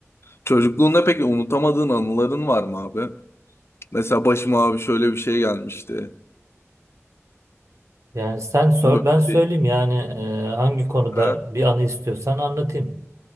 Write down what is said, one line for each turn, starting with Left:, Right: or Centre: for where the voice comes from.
Left: Çocukluğunda peki unutamadığın anıların var mı abi? Mesela başıma abi şöyle bir şey gelmişti.
Right: Yani sen sor
Left: Böyle
Right: ben söyleyeyim
Left: değil.
Right: yani e, hangi konuda
Left: Ha?
Right: bir anı istiyorsan anlatayım.